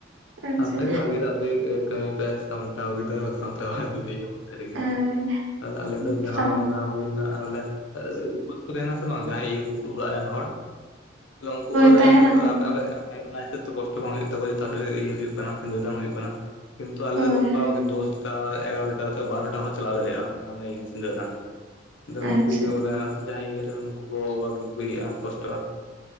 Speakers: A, on the right (about 85°); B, on the left (about 75°).
A: ᱟᱪᱪᱷᱟ
B: ᱟᱯᱮ ᱜᱮ ᱵᱷᱟᱹᱜᱮ <unintelligible> ᱠᱟᱹᱢᱤ ᱯᱮ ᱥᱚᱢᱛᱟ ᱫᱚ ᱥᱛᱟ ᱵᱟ ᱵᱚᱱ ᱛ ᱨᱮᱜᱮ
A: ᱟᱨ
B: <unintelligible> ᱟᱨ ᱟᱞᱮ
A: ᱦᱳᱭ
B: ᱫᱚ ᱡᱟᱦᱟᱸ ᱚᱱᱟ᱾ ᱦᱩᱭ ᱨᱮᱱᱟᱜᱮ <unintelligible> ᱩᱯᱟᱹᱥ ᱠᱚ ᱛᱟᱦᱮᱱᱟ ᱥᱮ ᱵᱟᱝ ᱡᱟᱦᱟᱸᱭ ᱤᱭᱟᱹ ᱠᱚ ᱚᱲᱟᱜ ᱨᱤᱱ ᱦᱚᱲ᱾ ᱟᱞ ᱠᱚ <unintelligible>
A: ᱛᱟᱦᱮᱱᱟᱠᱚ
B: <unintelligible> ᱚᱱᱟ ᱦᱤᱥᱟᱹᱵ ᱛᱮ ᱠᱚᱥᱴᱚ ᱵᱟᱝ ᱦᱩᱭᱩᱜ ᱛᱟᱠᱚᱣᱟ ᱡᱟᱛᱮ ᱤᱭᱟᱹ ᱦᱩᱭᱩᱜ ᱠᱟᱱᱟ ᱥᱤᱱᱫᱩᱨ ᱫᱟᱱ ᱦᱩᱭᱩᱜ ᱠᱟᱱᱟ᱾ ᱠᱤᱱᱛᱩ ᱟᱞᱮ
A: ᱦᱳᱭ
B: ᱥᱮᱫ ᱫᱚ ᱚᱠᱟ
A: ᱦᱳᱭ
B: <unintelligible> ᱫᱚᱥ ᱮᱜᱟᱨᱚᱴᱟ ᱥᱮ ᱵᱟᱨᱚᱴᱟ ᱦᱚᱸ ᱪᱟᱞᱟᱣ ᱫᱟᱲᱮᱭᱟᱜᱼᱟ ᱥᱤᱸᱫᱟᱹᱨ ᱫᱟᱱ ᱟᱫᱚ
A: ᱟᱪᱪᱷᱟ
B: ᱱᱩᱠᱩᱜ ᱜᱮ ᱵᱚᱞᱮ᱾ ᱡᱟᱦᱟᱸᱭ ᱤᱭᱟᱹ ᱨᱮ ᱩᱱᱩᱠᱩ ᱠᱚ ᱵᱷᱟᱜᱤ ᱠᱚ ᱤᱭᱟᱹᱜᱼᱟ ᱠᱚᱥᱴᱚᱜᱼᱟ